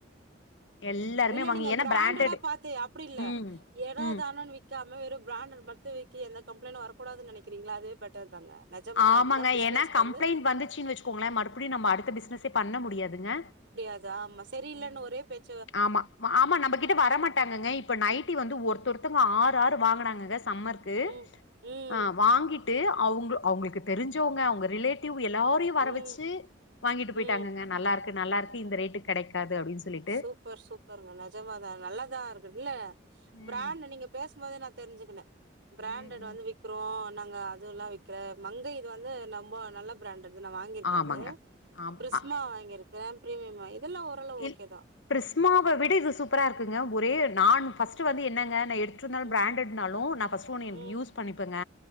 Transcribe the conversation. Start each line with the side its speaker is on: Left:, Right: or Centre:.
Left: எல்லாருமே
Right: இல்ல
Left: வாங்கி
Right: நீங்க
Left: ஏன்னா
Right: பிராண்டடா
Left: பிராண்டட்
Right: பாத்து அப்பிடில்ல
Left: ம்
Right: ஏதோதானோனு
Left: ம்
Right: விக்காத் ம் வெறு பிராண்டட் பாத்து விக்கி எந்த கம்ப்ளைன்ட் வரக்கூடாதுன் நெனைக்கிறீங்ளா அதே பெட்டர் தாங்க நெஜமா
Left: ஆமாங்க
Right: அதுதா பிசினஸ்க்கு
Left: ஏன்னா கம்ப்ளைண்ட்
Right: வந்து
Left: வந்துச்சுன்னு வச்சுக்கோங்களே மறுபடியு நம்ம அடுத்த பிசினஸே பண்ண முடியாதுங்க
Right: அது ஆமா சரியில்லன்னு
Left: ம்
Right: ஒரே பேச்
Left: ஆமா ஆமா நம்மகிட்ட வர மாட்டாங்கங்க இப்ப நைட்டி வந்து ஒருத்தவொருத்தங்க ஆறு ஆறு வாங்கனாங் ங்க சம்மருக்கு
Right: ம் ம்
Left: அ வாங்கிட்டு அவுங்க அவுங்களுக்கு தெரிஞ்சவங்க அவங்க ரிலேட்டிவ் எல்லாரையு வர
Right: ம்
Left: வெச்சு வாங்கிட்டு போயிட்டாங்கங்க
Right: ம்
Left: நல்லாருக்கு நல்லாருக்கு இந்த ரேட்டுக் கெடைக்காது அப்டின்னு சொல்லிட்டு
Right: சூப்பர் சூப்பர்ங்க நஜமாதா நல்லதா இருக்கு இல்ல
Left: ம்
Right: பிராண்ட் நீங்க பேசும் போதே நா தெ தெரிஞ்சுக்கின்ன பிராண்டட்
Left: ம்
Right: வந்து
Left: ம்
Right: விக்கிறோ நாங்க அது எல்லா விக்க மங்கை இது வந்து ரொம்ப நல்ல பிராண்ட் ட்டு நா வாங்கியிருக்கே
Left: ஆமாங்க
Right: அது
Left: ஆமா
Right: பிரிஸ்மா வாங்கிருக்கே பிரீமியம் இதெல்லா ஓரளவு
Left: இல்
Right: ஓகேதா
Left: பிரிஸ்மாவ விட இது சூப்பரா இருக்குங்க ஒரே நான் ஃபஸ்ட்டு வந்து என்னங்க நா எடுத் ட்ருந்தாலு
Right: ம்
Left: பிராண்டட்னாலு நா ஃபஸ்ட்டோன்னே
Right: ம்
Left: யூஸ் பண்ணிபங்க